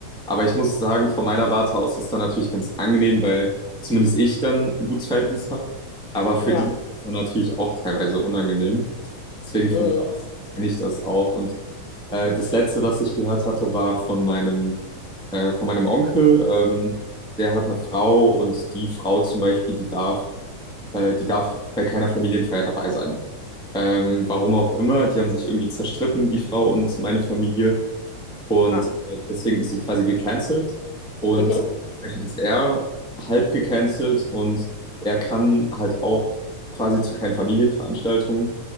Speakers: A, in the centre; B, on the left (about 75°).
A: Aber ich muss sagen, von meiner Warte aus ist dann natürlich ganz angenehm, weil zumindest ich dann ein gutes Verhältnis habe. Aber für
B: Ja.
A: die ist das dann natürlich auch teilweise unangenehm. Deswegen von
B: Mhm.
A: da aus kenne ich das auch. Und äh, das letzte, was ich gehört hatte, war von meinem, äh, von meinem Onkel. Ähm, der hat eine Frau und die Frau zum Beispiel, die darf, äh, die darf bei keiner Familienfeier dabei sein. Ähm, warum auch immer, die haben sich irgendwie zerstritten, die Frau und meine Familie. Und
B: Ha.
A: äh, deswegen ist sie quasi gecancelt. Und
B: Mhm.
A: entsprechend ist er halb gecancelt und er kann halt auch quasi zu keinen Familienveranstaltungen,